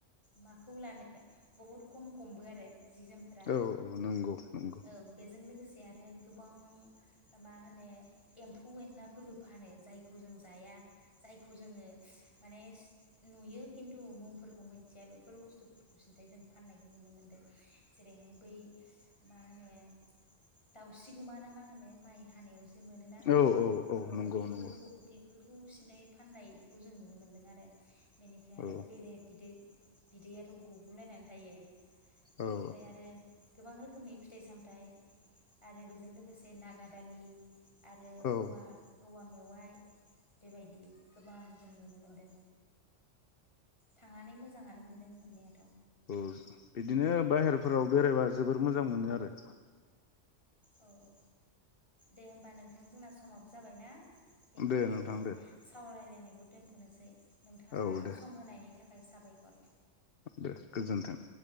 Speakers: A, on the left (about 20°); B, on the left (about 50°).
A: माखौ लानो बहुद खम खमबो आरो जि जोमफोरा
B: औ औ नंगौ। नंगौ
A: ओं आरो गोबां मा होनो? एम्फौ एनलाफोरबो फानो। जायखौ जों जाया जायखौ जोङो माने नुयो खिन्थु मुंफोरखौ मोनथिया बेफोर बुस्थुफोरखौ सिन्थाय जों फाननायखौ नुनो मोनदों। जेरैहाय बै मा होनो दाउस्रिगुमा ना मा नो माइ हानायाव जे मोनोना
B: औ
A: औ
B: नंगौ
A: बेफोरखौ
B: नंगौ
A: बे बेफोरखौ सिन्थाय फाननायखौ जों नुनो मोनदों आरो बेनिफ्राय
B: औ
A: आरो बेरे बिदै बिदैयाथ' गगुलायनानै थायो। बेनिफ्राय
B: औ
A: आरो गोबां रो खोमनि फिथाइ सामथाइ आरो बेजों लोगोसे नागा दालि आरो
B: औ
A: औवा
B: औ
A: औवा मेवाइ बेबायदि गोबां जों नुनो मोनदों। थांनानै मोजाङानो मोनदों मोननाया
B: औ बिदिनो बाहेरफोराव बेरायबा जोबोर मोजां मोनो आरो
A: औ औ दे होमबा नों थां जोंना समाबो जाबायना बेखिनियावनो
B: दे नोंथां दे
A: सावरायलायनायखौ दोन्थनोसै। नोंथाङा
B: औ दे
A: सम होनायनि थाखाय साबायखर।
B: दे गोजोन्थों।